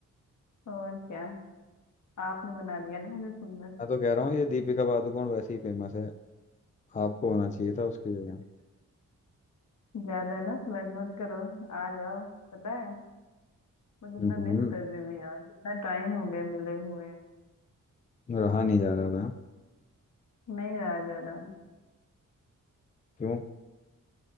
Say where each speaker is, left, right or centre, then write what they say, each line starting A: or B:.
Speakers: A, on the left; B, on the left.
A: और क्या आपने बना दिया ना मुझे सुंदर
B: मैं तो कह रहा हूँ ये दीपिका पादुकोण वैसे ही फेमस है आपको होना चाहिए था उसकी जगह
A: ज्यादा ना फ्लर्ट मत करो आ जाओ पता है मैं कितना
B: हम्म
A: मिस कर रही हूँ यार कितना टाइम हो गया मिले हुए
B: रहा नहीं जा रहा मैं
A: नहीं रहा जा रहा
B: क्यों